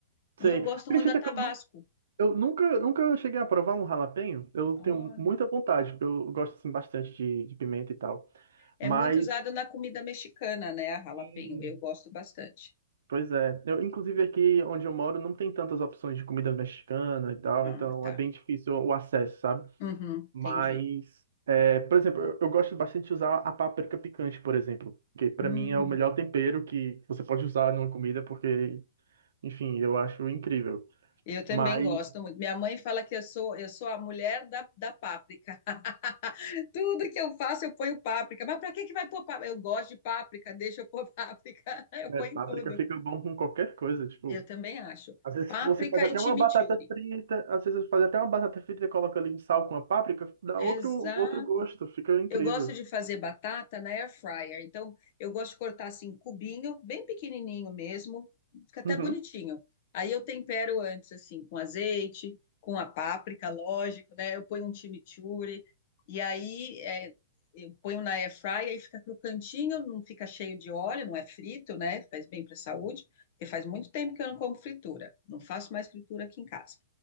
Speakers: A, on the left; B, on the right.
A: E
B: sei.
A: eu gosto
B: Acredita
A: muito da Tabasco.
B: que eu, nu- eu nunca, nunca cheguei a provar um jalapeño? Eu tenho
A: Olha,
B: muita vontade, porque eu gosto assim, bastante de, de pimenta e tal.
A: é
B: Mas,
A: muito usada na comida mexicana, né? A jalapeño.
B: sim,
A: Eu gosto bastante.
B: pois é. Eu, inclusive aqui onde eu moro não tem tantas opções de comida mexicana e tal,
A: Ah,
B: então
A: tá.
B: é bem difícil o acesso, sabe?
A: Uhum,
B: Mas,
A: entendi.
B: é, por exemplo, eu, eu gosto bastante de usar a páprica picante, por exemplo, que pra
A: Hum,
B: mim é o melhor tempero que você pode usar numa comida, porque, enfim, eu acho incrível.
A: Eu também
B: Mas,
A: gosto muito. Minha mãe fala que eu sou, eu sou a mulher da, da páprica. <laughs> Tudo que eu faço, eu ponho páprica. Mas para que que vai pôr páprica? Eu gosto de páprica, deixa eu pôr páprica. <laughs> Eu
B: né,
A: ponho
B: páprica
A: em tudo.
B: fica bom com qualquer coisa, tipo,
A: Eu também acho.
B: às vezes
A: Páprica
B: você faz até
A: e chimichurri.
B: uma batata frita, às vezes você faz até uma batata frita e coloca ali um sal com a páprica, dá
A: Exato.
B: outro, outro gosto, fica incrível.
A: Eu gosto de fazer batata na air fryer. Então, eu gosto de cortar assim, cubinho, bem pequenininho mesmo. Fica até
B: Uhum,
A: bonitinho. Aí eu tempero antes, assim, com azeite, com a páprica, lógico, né? Eu ponho um chimichurri. E aí, é, eu ponho na air fryer e fica crocantinho, não fica cheio de óleo, não é frito, né? Faz bem para a saúde. Porque faz muito tempo que eu não como fritura. Não faço mais fritura aqui em casa.